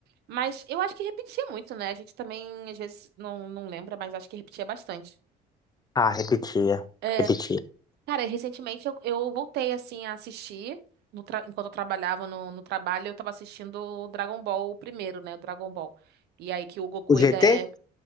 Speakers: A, on the right; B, on the left.
A: Mas eu acho que repetia muito, né? A gente também, às vezes, não, não lembra, mas acho que repetia bastante.
B: Ah, repetia,
A: É,
B: repetia.
A: cara, recentemente eu, eu voltei, assim, a assistir. no tra- Enquanto eu trabalhava no, no trabalho, eu tava assistindo o Dragon Ball, o primeiro, né? O Dragon Ball. E aí que o Goku
B: O
A: ainda
B: GT?
A: é...